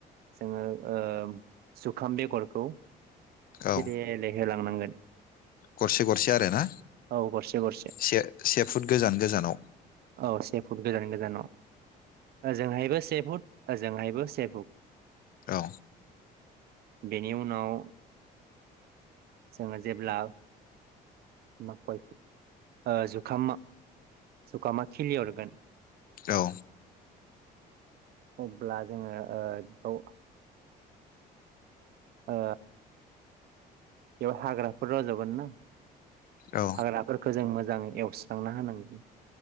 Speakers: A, on the right; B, on the left.
A: जोङो ओ जुखाम बेगरखौ सिरियेलहै
B: औ
A: होलांनांगोन।
B: गरसे गरसे आरो ना।
A: औ गरसे गरसे
B: से से फुट गोजान गोजानाव।
A: औ से फुट गोजान गोजानाव ओजोंहायबो से फुट ओजोंहायबो से फुट।
B: औ।
A: बेनि उनाव जोङो जेब्ला माकय ओ जुखाम जुखामा खिलि हरगोन।
B: औ।
A: अब्ला जोङो ओ बेखौ ओ बेयाव हाग्राफोर रज'गोन ना?
B: औ
A: हाग्राफोरखौ जों मोजाङै एवस्रांना होनांगौ,